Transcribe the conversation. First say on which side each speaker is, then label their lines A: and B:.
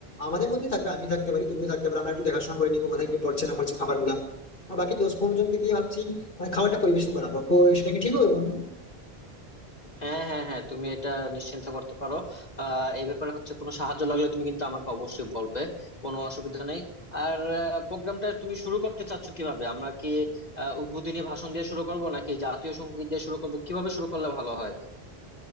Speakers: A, on the left; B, on the left.
A: আমাদের মধ্যে থাকবে আমি থাকতে পারি তুমি থাকতে পারো আমরা একটু দেখাশোনা করে নিবো কোথায় কি পড়ছে না পড়ছে খাবার গুলা আর বাকি দশ পনেরো জনকে দিয়ে ভাবছি মানে খাবারটা পরিবেশন করাবো কো- সেটা কি ঠিক হবে বন্ধু
B: হ্যাঁ হ্যাঁ হ্যাঁ তুমি এটা নিশ্চিন্তা করতে পারো আহ এই ব্যাপারে হচ্ছে কোনো সাহায্য লাগলে তুমি কিন্তু আমাকে অবশ্যই বলবে কোনো অসুবিধা নেই আর প্রোগ্রামটা তুমি শুরু করতে চাচ্ছ কিভাবে আমরা কি আহ, উদ্বোধনী ভাষণ দিয়ে শুরু করব নাকি জাতীয় সঙ্গীত দিয়ে শুরু করব কিভাবে শুরু করলে ভালো হয়